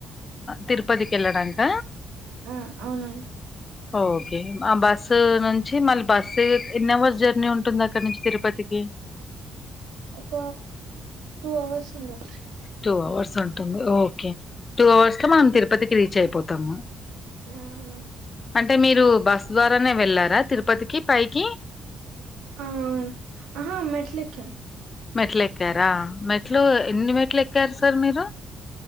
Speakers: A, on the left (about 35°); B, on the right (about 85°).
A: తిరుపతికి వెళ్ళడాక
B: ఆ అవునండి
A: ఓకే ఆ బస్ నుంచి మళ్ళీ బస్సు ఎన్ని అవర్స్ జర్నీ ఉంటుంది అక్కడ నుంచి తిరుపతికి
B: ఒక టూ అవర్స్ ఉంది
A: టూ అవర్స్ ఉంటుంది ఓకే టూ అవర్స్ లో మనం తిరుపతికి రీచ్ అయిపోతాము
B: అవునా
A: అంటే మీరు బస్ ద్వారానే వెళ్ళారా తిరుపతికి పైకి
B: ఆ అవును అహ మెట్లేక్కి అం
A: మెట్లు ఎక్కారా మెట్లు ఎన్ని మెట్లు ఎక్కారు సార్ మీరు